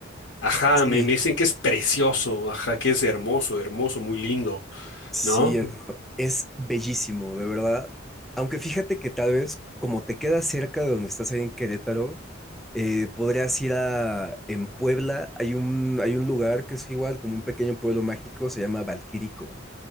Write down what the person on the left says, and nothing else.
Ajá,
me, me dicen que es precioso, ajá, que es hermoso, hermoso, muy lindo,
¿no?